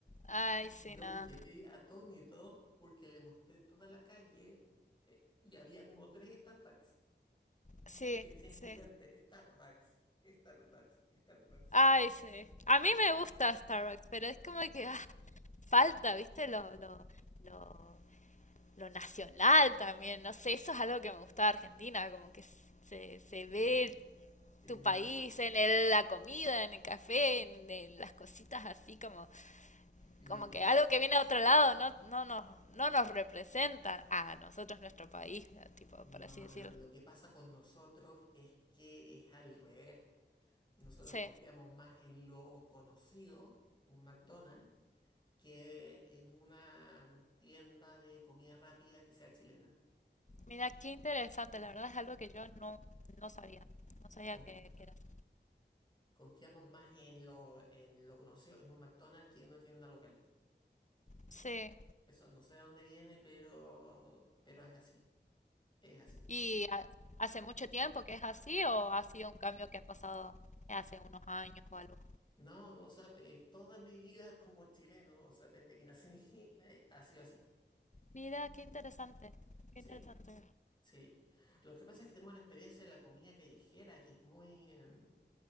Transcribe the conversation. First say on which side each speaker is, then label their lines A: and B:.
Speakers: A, on the left; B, on the left.
A: Ay, sí,
B: Yo
A: nada.
B: me quedé atónito porque le mostré toda la calle eh, y había como tres Starbucks
A: Sí,
B: que decían
A: sí.
B: gigante, Starbucks, Starbucks, Starbucks.
A: Ay, sí. A mí me gusta Starbucks, pero es como que ah, falta, ¿viste? Lo, lo, lo lo nacional también, no sé, eso es algo que me gusta de Argentina, como que se, se ve
B: Y lo
A: tu país
B: que pasa
A: en el- la comida, en el café, en, en las cositas así, como,
B: Lo
A: como
B: que
A: que
B: pasa,
A: algo que viene de otro lado no, no, nos, no nos representa a nosotros, nuestro país, tipo,
B: no,
A: por así decirlo.
B: lo, lo que pasa con nosotros es que es al revés. Nosotros
A: Sí,
B: confiamos más en lo conocido, un McDonald's, que en una tienda de comida rápida que sea chilena.
A: mira, qué interesante, la verdad es algo que yo no, no sabía, no sabía
B: Con-
A: que, que era así.
B: Confiamos más en lo, en lo conocido, en un McDonald's que en una tienda local.
A: Sí,
B: Eso no sé de dónde viene, pero, pero es así. Es así.
A: ¿y ha- hace mucho tiempo que es así o ha sido un cambio que ha pasado hace unos años o algo?
B: No, o sea, eh, toda mi vida como chileno, o sea, desde que nací, <laughs> eh, ha sido así.
A: Mira, qué interesante,
B: Sí.
A: qué interesante.
B: Sí, lo que pasa es que tengo la experiencia de la comida callejera, que es muy, em,